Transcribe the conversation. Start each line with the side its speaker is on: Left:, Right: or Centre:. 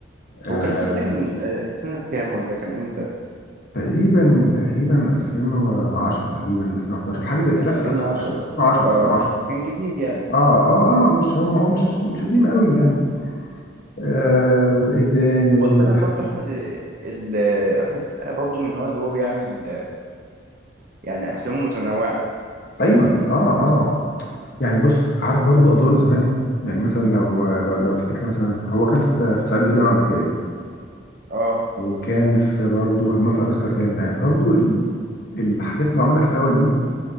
Left: آه
Right: هو كان الفيلم ده كان آه، سنة كام ولا كان امتى
Left: تقريبا تقريبا 2010 تقريبا 2011 حاجه زي
Right: 2010
Left: لا 2010
Right: اه
Left: 2010
Right: كان جديد يعني
Left: اه اه اه مش هو هو مش مش قديم قوي يعني آه وايه تاني برضو
Right: خد بالك
Left: اللي حب
Right: برضو احمد ال... احمد السقا برضو من النوع اللي هو بيعمل يعني افلامه متنوعه فاهم
Left: ايوه اه اه يعني بص عارف برضو ادواره زمان يعني مثلا لو لو لو تفتكر مثلا هو كان في في صعيدي في الجامعه الامريكيه
Right: اه
Left: وكان في برضو همام في امستردام يعني برضو ال- الحاجات اللي هو عملها في الاول دي